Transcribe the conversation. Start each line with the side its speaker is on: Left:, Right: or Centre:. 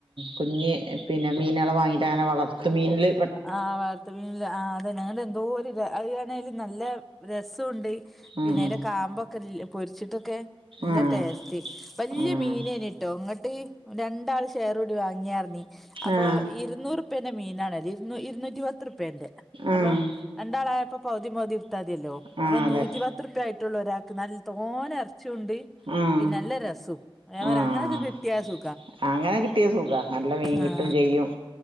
Right: കുഞ്യെ പിന്നെ മീനളെ വാങ്ങീട്ട് അങ്ങനെ വളർത്ത് മീൻല്
Centre: ആഹ് വൾത്ത് മീൻല് ആ ങ്ങൻതെന്തോര് താ അത് ആണേലും നല്ല രസൊണ്ട്
Right: ഉം
Centre: പിന്നെ അയ്ന്റെ കാമ്പ ക്കെ പൊര്ച്ട്ടൊക്കെ നല്ല
Right: ആഹ്
Centre: ടേസ്റ്റ് വല്ല്യെ
Right: ആഹ്
Centre: മീനേനിട്ടോ ങ്ങട്ട് രണ്ടാള് ഷേറൂടി വാങ്ങിയർന്നി അപ്പൊ
Right: ആഹ് ആഹ്
Centre: ഇര്ന്നൂറുപ്യെന്റെ മീനണത് ഇരുന്നൂറ്റി പത്തുർപ്യാന്റെ അപ്പൊ
Right: ആഹ്
Centre: രണ്ടാളായപ്പോ പൗതീംപൗതി ത്തത്യേല്ലോ
Right: ആഹ്
Centre: അവ
Right: അതെ
Centre: നൂറ്റി പത്തുർപ്യ ആയ്ട്ടൊള്ളൂ ഒരാക്ക് ന്നാൽ തോനെ എർ ച്ചിയുണ്ട്
Right: ആഹ്
Centre: പിന്നെ നല്ല രസം ഞാപറ
Right: ആഹ്
Centre: അങ്ങനൊക്കെ കിട്ട്യാസു
Right: അങ്ങനെ കിട്ട്യാ സുഖ നല്ല മീൻ കിട്ടും
Centre: ആഹ്
Right: ചെയ്യും